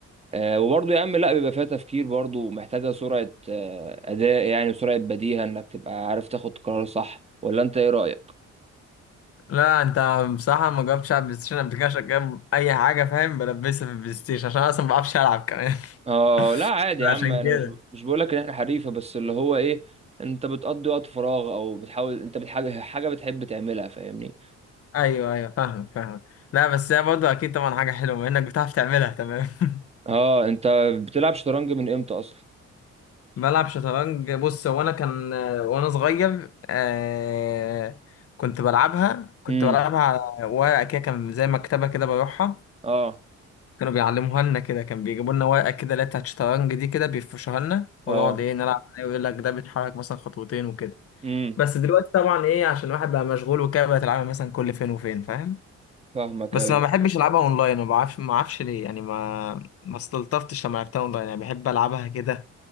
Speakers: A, on the right; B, on the left.
A: آه وبرضه يا عم لا بيبقى فيها تفكير برضه ومحتاجه سرعه آه اداء يعني وسرعه بديهه انك تبقى عارف تاخد قرار صح ولا انت ايه رايك
B: لا انت بصراحه ما جربتش العب بلاي ستيشن قبل كده عشان كده اي حاجه فاهم بلبسها في البلاي ستيشن عشان انا اصلا ما بعرفش العب كمان
A: اه لا
B: <laughs>
A: عادي يا عم
B: عشان
A: انا
B: كده
A: مش مش بقول لك ان احنا حريفه بس اللي هو ايه انت بتقضي وقت فراغ او بتحاول انت بتحاجه حاجه بتحب تعملها فاهمني
B: ايوه ايوه فاهم فاهم لا بس هي برضه اكيد طبعا حاجه حلوه بما انك بتعرف تعملها تمام <laughs>
A: اه انت بتلعب شطرنج من امتى اصلا
B: بلعب شطرنج بص هو انا كان وانا صغير آه كنت بلعبها كنت
A: امم
B: بلعبها على ورقه كده كان زي مكتبه كده بروحها
A: اه
B: كانوا بيعلموها لنا كده كان بيجيبوا لنا ورقه كده اللي هي بتاعت الشطرنج دي كده بيفرشوها لنا
A: اه
B: ونقعد ايه نلعب عليها ويقول لك ده بيتحرك مثلا خطوتين وكده
A: امم
B: بس دلوقتي طبعا ايه عشان الواحد بقى مشغول وكده بقت العبها مثلا كل فين وفين فاهم
A: فاهمك
B: بس
A: ايوه
B: ما بحبش العبها اونلاين ما بعرفش ما اعرفش ليه يعني ما ما استلطفتش لما لعبتها اونلاين يعني بحب العبها كده